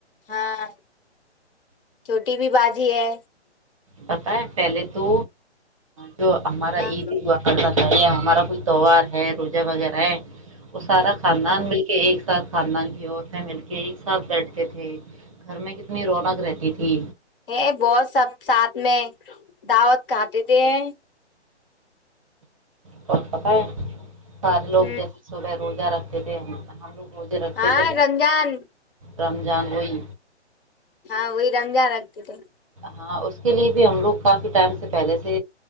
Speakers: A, on the left (about 50°); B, on the right (about 30°).
A: ہاں چھوٹی بھی بازی ہے
B: پت ہے پہلے تو تو ہمارا
A: ہاں
B: عید ہی ہوا کرتا تھا ہمارا کوئی تہوار ہے روزہ وغیرہ ہے وہ سارا کھد
A: ہاں
B: مل کے ایک ساتھ کھد اور میں مل کے ایک ساتھ بیٹھتے تھے گھر میں کتنی رونق رہتی تھی
A: ہے بہت سب ساتھ میں دعوت کھے تھے ہیں
B: ک پت ہے سار لوگ
A: ہوں
B: جیسے سو رہ روزہ رکھتے تھے ہم ہم لوگ مجھے رکھتے
A: ہاں
B: تھے
A: رمضان
B: رمضانگوئی
A: ہاں وہی رم جان رکھتے تھے
B: ہاں اس کے لیے بھی ہم لوگ کافی ٹائم سے پہلے سے